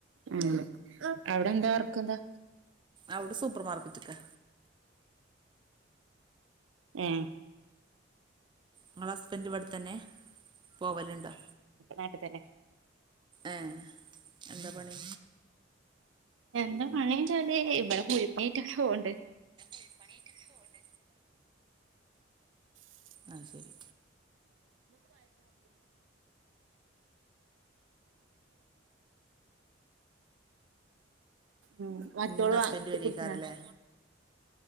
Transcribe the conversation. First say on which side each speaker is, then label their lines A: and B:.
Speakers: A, on the right; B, on the right.
A: ഉം അവിടെന്താ? വർക്കന്താ?
B: അവിടെ സൂപ്പർ മാർക്കറ്റൊക്കെ
A: ഏഹ്.
B: ങ്ങളെ ഹസ്ബൻഡ് ഇവിടെത്തന്നെ പോവലുണ്ടോ?
A: നാട്ടിതന്നെ.
B: ഏ എന്താ പണി?
A: എന്താ പണീച്ചാല് ഇവടെ കുഴപ്പെല്ലാണ്ട് പോണ്ണ്ട്.
B: പണിണ്ട
A: <inaudible> <inaudible>
B: അത് ശരി
A: ഉം മറ്റോള്
B: ഇന്ന് ഹസ്ബൻഡ്
A: ടുത്
B: വരേക്കാരല്ലേ
A: കുടിച്ചനാണ്.